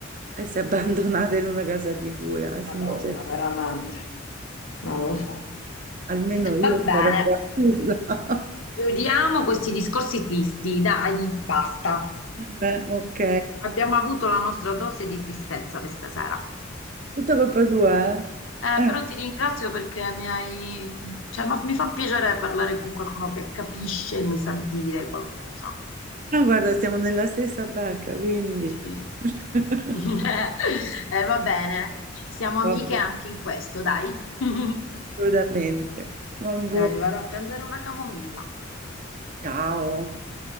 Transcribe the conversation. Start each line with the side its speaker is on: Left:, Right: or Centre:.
Right: essere abbandonata in una casa di cura, sinceramente.
Left: Madonna, veramente, non lo so.
Right: Almeno io
Left: Va bene,
Right: sarò tranquilla. <laughs>
Left: chiudiamo questi discorsi tristi, dai. Basta.
Right: Vabbè, ok.
Left: Abbiamo avuto la nostra dose di tristezza questa sera.
Right: Tutta colpa tua, eh?
Left: Eh,
Right: Eh.
Left: però ti ringrazio perché mi hai... cioè, ma- mi fa piacere parlare con qualcuno che capisce e mi sa dire qualcosa.
Right: No, guarda, siamo nella stessa barca, quindi.
Left: Dici?
Right: <laughs>
Left: <laughs> Eh, va bene, siamo amiche
Right: Vabbè,
Left: anche in questo, dai. <laughs>
Right: assolutamente. Vabbè.
Left: Dai, mi vado a prendere una camomilla.
Right: Ciao.